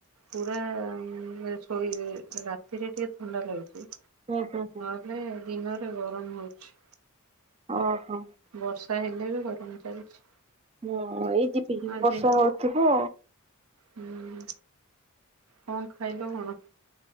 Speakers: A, on the right; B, on the right.
A: ପୁରା ଶୋଇ <unintelligible> ରା ରାତିରେ ଟିକେ ଥଣ୍ଡା ଲାଗୁଛି।
B: ହୁଁ ହୁଁ ହୁଁ।
A: ନାହିଁ ଦିନରେ ଗରମ ହଉଛି।
B: ଓହୋଁ।
A: ବର୍ଷା ହେଲେ ବି ଗରମ ଚାଲିଛି।
B: ହୁଁ ଏଇ ଯିପି ଯିପି
A: ଆଜି
B: ବର୍ଷା ହଉଥିବ।
A: ହୁଁ କଣ ଖାଇଲ କଣ?